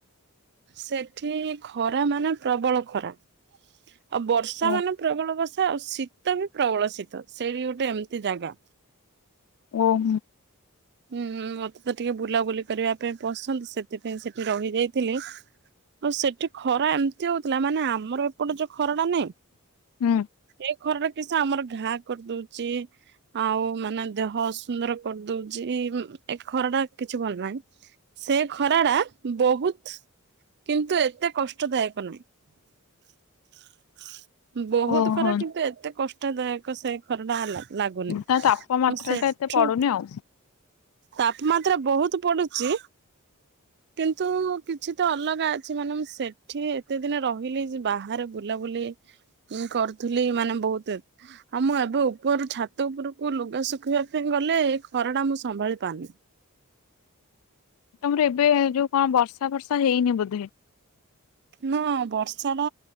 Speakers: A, on the right; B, on the left.
A: ସେଠି ଖରା ମାନେ ପ୍ରବଳ ଖରା। ଆଉ ବର୍ଷା
B: ଓ
A: ମାନେ ପ୍ରବଳ ବର୍ଷା ଆଉ ଶୀତ ବି ପ୍ରବଳ ଶୀତ ସେଇଠି ଗୋଟେ ଏମିତି ଜାଗା।
B: ଓହୋ।
A: ହୁଁ ମତେ ତ ଟିକେ ବୁଲାବୁଲି କରିବା ପାଇଁ ପସନ୍ଦ ସେଥିପାଇଁ ସେଠି ରହିଯାଇଥିଲି। ଆଉ ସେଠି ଖରା ଏମିତି ହଉଥିଲା ମାନେ ଆମର ଏପଟେ ଯୋଉ ଖରାଟା ନାଇଁ
B: ହୁଁ।
A: ଏଇ ଖରଟା କିଛି ଆମର ଘା କରିଦଉଛି ଆଉ ମାନେ ଦେହ ଅସୁନ୍ଦର କରିଦଉ ଜି ଏ ଖରାଟା କିଛି ଭଲ ନାହିଁ ସେ ଖରା ରା ବହୁତ କିନ୍ତୁ ଏତେ କଷ୍ଟଦାୟକ ନୁହଁ। ବହୁତ
B: ଓହୋ
A: ଖରା କିନ୍ତୁ ଏତେ କଷ୍ଟଦାୟକ ସେ ଖର ଟା ହେଲା ଲାଗୁନି ମୁଁ
B: ତା ତାପମାତ୍ରା
A: ସେଠୁ
B: ଟା ଏତେ ପଡୁନି ଆଉ।
A: ତାପମାତ୍ରା ବହୁତ ପଡୁଛି। କିନ୍ତୁ କିଛି ତ ଅଲଗା ଅଛି ମାନେ ମୁଁ ସେଠି ଏତେ ଦିନ ରହିଲି ଯେ ବାହାରେ ବୁଲାବୁଲି ମୁଁ କରିଥିଲି ମାନେ ବହୁତ ଏ ଆଉ ମୁଁ ଏବେ ଉପର ଛାତ ଉପରକୁ ଲୁଗା ଶୁଖେଇବା ପାଇଁ ଗଲେ ଖରା ଟା ମୁଁ ସମ୍ଭାଳି ପାରୁନି।
B: ତମର ଏବେ ଯୋଉ କଣ ବର୍ଷା ଫର୍ଷା ହେଇନି ବୋଧେ
A: ନା ବର୍ଷା ଟା